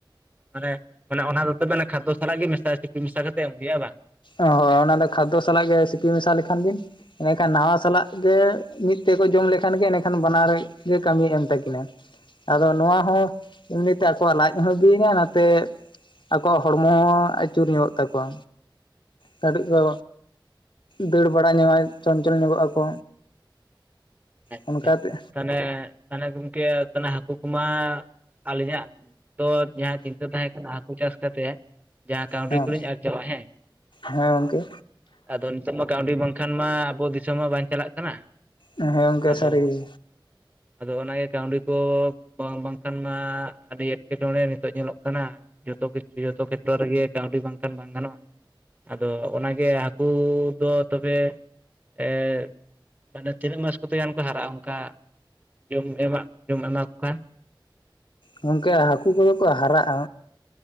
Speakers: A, on the right; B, on the left.
A: ᱢᱟᱱᱮ ᱢᱟᱱᱮ ᱚᱱᱟ ᱫᱚ ᱛᱚᱵᱮ ᱠᱷᱟᱫ ᱥᱟᱞᱟᱜ ᱜᱮ ᱢᱮᱥᱟᱭ ᱥᱤᱯᱤ ᱢᱮᱥᱟ ᱠᱟᱛᱮ ᱮᱢ ᱦᱩᱭᱩᱜᱟ ᱵᱟᱝ
B: ᱚ ᱚᱱᱟ ᱫᱚ ᱠᱷᱟᱫᱽᱫᱚ ᱥᱟᱞᱟᱜ ᱜᱮ ᱥᱤᱯᱤ ᱢᱮᱥᱟ ᱞᱮᱠᱷᱟᱱ ᱵᱤᱱ ᱮᱸ ᱮᱱᱟ. ᱠᱷᱟᱱ ᱱᱟᱣᱟ ᱥᱟᱞᱟᱜ ᱜᱮ ᱢᱤᱫ ᱛᱮᱠᱚ ᱡᱚᱢ ᱞᱮᱠᱷᱟᱱ ᱜᱮ ᱮᱱᱟ. ᱠᱷᱟᱱ ᱵᱟᱱᱟᱨ ᱜᱮ ᱠᱟᱹᱢᱤ ᱮᱢ ᱛᱟᱹᱠᱤᱱᱟ
A: <inaudible>
B: ᱟᱫᱚ ᱱᱚᱣᱟ ᱦᱚᱸ ᱮᱢᱱᱤ ᱛᱮ ᱟᱠᱚᱣᱟᱜ ᱞᱟᱡ ᱦᱚᱸ ᱵᱤ ᱮᱱᱟ ᱱᱷᱟᱛᱮ ᱟᱠᱚᱣᱟᱜ ᱦᱚᱲᱢᱚ ᱦᱚᱸ ᱟᱹᱪᱩᱨ ᱧᱚᱜ ᱛᱟᱠᱚᱣᱟ ᱠᱟᱹᱴᱤᱡ ᱫᱚ ᱫᱟᱹᱲ ᱵᱟᱲᱟ ᱧᱚᱜ ᱟᱭ ᱪᱚᱧᱪᱚᱞ ᱧᱚᱜᱚᱜ ᱟᱠᱚ᱾
A: ᱟᱪᱪᱷᱟ
B: ᱚᱱᱠᱟᱛᱮ
A: ᱛᱟᱦᱚᱞᱮ ᱛᱟᱦᱚᱞᱮ ᱜᱚᱢᱠᱮ ᱛᱟᱦᱚᱞᱮ ᱦᱟᱹᱠᱩ ᱠᱚᱢᱟ ᱟᱹᱞᱤᱧᱟᱜ ᱛᱚ ᱡᱟᱦᱟᱸ ᱪᱤᱱᱛᱟᱹ ᱛᱟᱦᱮᱸ ᱠᱟᱱᱟ ᱦᱟᱹᱠᱩ ᱪᱟᱥ ᱠᱟᱛᱮᱜ ᱡᱟᱦᱟᱸ ᱠᱟᱹᱣᱰᱤ
B: ᱦᱮᱸ
A: ᱠᱚᱞᱤᱧ ᱟᱨᱡᱟᱣᱟ ᱦᱮᱸ
B: ᱦᱮᱸ ᱜᱚᱝᱠᱮ
A: ᱟᱫᱚ ᱱᱤᱛᱚᱜ ᱢᱟ ᱠᱟᱹᱣᱰᱤ ᱵᱟᱝᱠᱷᱟᱱ ᱢᱟ ᱟᱵᱚ ᱫᱤᱥᱚᱢ ᱦᱚ ᱵᱟᱝ ᱪᱟᱞᱟᱜ ᱠᱟᱱᱟ᱾
B: ᱦᱮᱸ ᱜᱚᱝᱠᱮ
A: ᱟᱫᱚ
B: ᱥᱟ. ᱨᱤ ᱜᱮ
A: ᱟᱫᱚ ᱚᱱᱟᱜᱮ ᱠᱟᱹᱣᱰᱤ ᱠᱚ ᱵᱟᱝ ᱵᱟᱝᱠᱷᱟᱱ ᱢᱟ ᱟᱹᱰᱤ ᱮᱴᱠᱮᱴᱚᱬᱮ ᱱᱤᱛᱚᱜ ᱧᱮᱞᱚᱜ ᱠᱟᱱᱟ᱾ ᱡᱚᱛᱚ ᱠᱤᱪᱷᱩ ᱡᱚᱛᱚ ᱠᱷᱮᱛᱨᱚ ᱨᱮᱜᱮ ᱠᱟᱹᱣᱰᱤ ᱵᱟᱝᱠᱷᱟᱱ ᱵᱟᱝ ᱜᱟᱱᱚᱜ-ᱟ᱾ ᱟᱫᱚ ᱚᱱᱟᱜᱮ ᱦᱟᱹᱠᱩ ᱫᱚ ᱛᱚᱵᱮ ᱮ... ᱢᱟᱱᱮ ᱛᱤᱱᱟᱹᱜ ᱢᱟᱥ ᱠᱚᱛᱮ ᱜᱟᱱ ᱠᱚ ᱦᱟᱨᱟᱜ-ᱟ ᱚᱱᱠᱟ ᱡᱚᱢ ᱮᱢᱢᱟ ᱡᱚᱢ ᱮᱢᱟᱠᱚ ᱠᱷᱟᱱ
B: ᱜᱚᱝᱠᱮ ᱦᱟᱹᱠᱩ ᱠᱚᱫᱚ ᱠᱚ ᱦᱟᱨᱟᱜ-ᱟ᱾